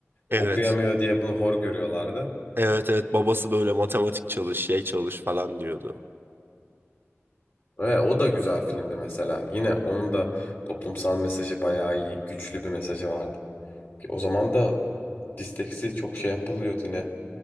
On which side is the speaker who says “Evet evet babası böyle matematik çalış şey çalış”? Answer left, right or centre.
Right